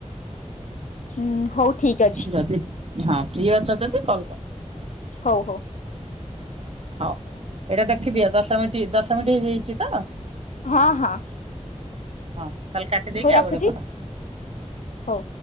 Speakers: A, on the left (about 85°); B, on the right (about 55°).
A: ହୁଁ ହଉ ଠିକ ଅଛି
B: ଯଦି ହଁ ଫ୍ରି ଅଛ ଯଦି କଲ୍ କର।
A: ହଉ-ହଉ।
B: ହଉ ଏଇଟା ଦେଖିଦିଅ ଦଶମିନିଟ ଦଶମିନିଟ ହେଇଯାଇଚି ତ?
A: ହଁ-ହଁ।
B: ହଁ ତାହେଲେ କାଟି ଦେଇକି
A: ରଖୁଛି
B: ଆଉ ଗୋଟେ କର।
A: ହଉ।